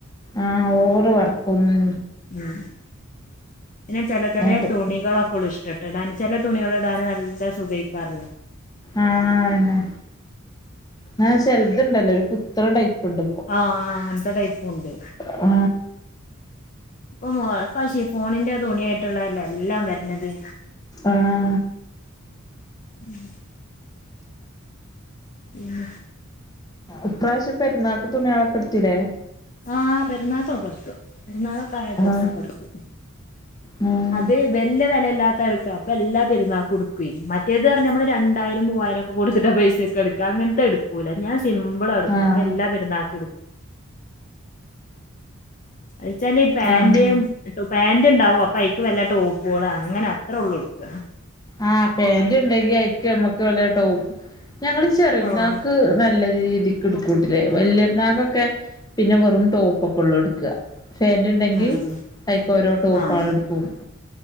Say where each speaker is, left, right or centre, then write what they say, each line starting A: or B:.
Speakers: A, on the left; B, on the left.
A: ആഹ ഓവറ് വർക്ക് ഒന്നും
B: ഉ പിന്നെ ചേലേ ചേലേ
A: നോക്കും
B: തുണികളൊക്കെളഇഷ്ടം ഇട്ട ഇടാൻ ചേല തുണികള് ഇടാൻ നല്ല സുഖേക്കാര
A: ആഹന്നെ ആ ചെലതുണ്ടല്ലേ ഒരു കുത്തണ ടൈപ്പ്ണ്ട്
B: ആഹ അങ്ങനത്തെ ടൈപ്പുണ്ട്
A: ആ
B: ഇപ്പോ പക്ഷേ ഫോണിന്റെ തുണിയായിട്ടുള്ളല്ലോ എല്ലാം വരണത്
A: ആഹ
B: ഉം ആ
A: ഇപ്രാവശ്യം പെരുന്നാക്ക് തുണിാളൊക്കെ എടുത്തില്ലേ
B: ആഹ് പെരുന്നാക്കെക്കേ എടുത്തു പെരുന്നാളൊക്കായ ഡ്രസ്സൊക്കെ
A: ആഹ്
B: എടുത്തു
A: ഉം
B: അത് വല്ല വില ഇല്ലാത്ത എടുക്ക അപ്പൊ എല്ലാ പെരുന്നാ കൊടുക്ക മറ്റേത് പറഞ്ഞ നമ്മള് രണ്ടായിരം മൂവായിരം അപ്പൊ കുടുത്തിട്ട പൈസ ഒക്കെ എടുക്കുക അങ്ങനത്തെ എടുക്കൂല്ല ഞാൻ സിമ്പിളാ എടുക്കും
A: ആഹ്
B: അപ്പൊ എല്ലാ പരുന്നാൾുംടുും അച്ചാല് പാൻറയും
A: ആഹ്
B: ടോ പാാന്റ് ണ്ടാവും അപ്പൊ അയ്ക്ക് വല്ല ടോപ്പുകള് അങ്ങനെ അത്രേ ഉള്ളൂ എടുക്ക
A: ആഹ പാൻറ് ഉണ്ടെങ്കി അയിക്ക നമ്മക്ക്ല്ല ടോപ്പ് ഞങ്ങള് ചെറരുന്നക്ക്
B: ആഹ്
A: നല്ലത് രീതിക്ക് എടുക്കട്ടില്ലേ വലിയ നാഗൊക്കെ പിന്നെ വെറും ടോപ്പ ഒക്കെ ഉള്ളൂ എടുക്കുക ഫാൻറ് ഉണ്ടെങ്കിൽ
B: ആഹ്
A: ഐക്ക് ഓരോ ടോപ്പണ്
B: ആഹ്
A: എടുക്കും